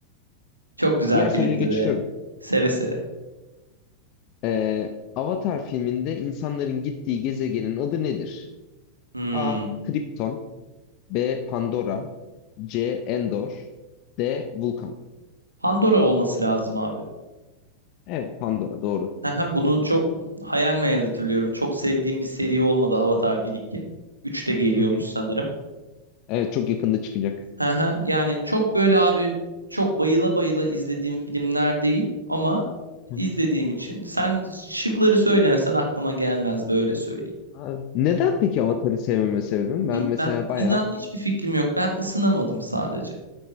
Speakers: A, on the right; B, on the left.
A: Çok güzel
B: Diğer
A: filmdi
B: soruya geçiyorum.
A: be. Seve seve.
B: Ee, Avatar filminde insanların gittiği gezegenin adı nedir?
A: Hmm.
B: A. Krypton B. Pandora C. Endor D. Vulkan.
A: Pandora olması lazım abi.
B: Evet Pandora doğru.
A: Haha, Bunu çok hayal meyal hatırlıyorum. Çok sevdiğim bir seri olmadı Avatar bir iki üç de geliyormuş
B: Hı hı.
A: sanırım.
B: Evet çok yakında çıkacak.
A: Haha, Yani çok böyle abi çok bayıla bayıla izlediğim filmler değil ama
B: Hı
A: izlediğim
B: hı.
A: için. Sen şıkları söylemesen aklıma gelmezdi öyle söyleyeyim.
B: Abi, Neden peki Avatar'ı sevmeme sebebim?
A: Bilmem.
B: Ben mesela bayağı
A: inan hiçbir fikrim yok. Ben ısınamadım sadece.